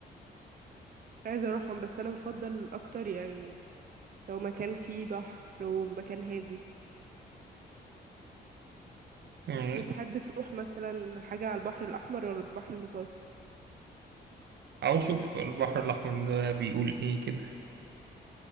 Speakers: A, on the right (about 50°); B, on the right (about 70°).
A: عايزة اروحهم بس انا بفضل اكتر يعني لو مكان فيه بحر ومكان هادي
B: يعني
A: وتحب تروح مثلا حاجة على البحر الاحمر ولا البحر المتوسط
B: عاوز أشوف البحر الأحمر ده بيقول إيه كده